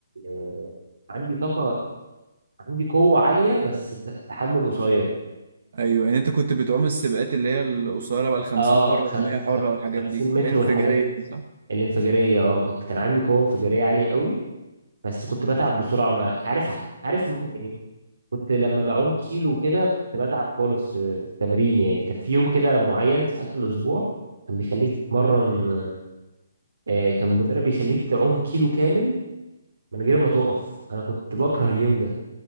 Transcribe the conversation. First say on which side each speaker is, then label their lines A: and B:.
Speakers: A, on the right; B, on the right.
A: آه، عندي طاقه عندي قوه عاليه بس ت- تحمل قصير
B: ايوه يعني انت كنت بتعوم السباقات اللي هي القصيره بقى ال 50
A: اه
B: حره
A: خمس
B: وال 100 حره
A: خم-
B: والحاجات
A: 50
B: دي
A: متر
B: الانفجاريه
A: والحاجات
B: دي صح؟
A: الانفجاريه اه كنت كان عندي قوه انفجاريه عاليه قوي بس كنت بتعب بسرعه ما عارف عارف يعني كنت لما بعوم كيلو كده كنت بتعب خالص في في التمرين يعني كان في يوم كده معين في آخر الأسبوع كان بيخليك تتمرن آه، كان المدرب بيخليك تعوم كيلو كامل من غير ما تقف أنا كنت بكره اليوم ده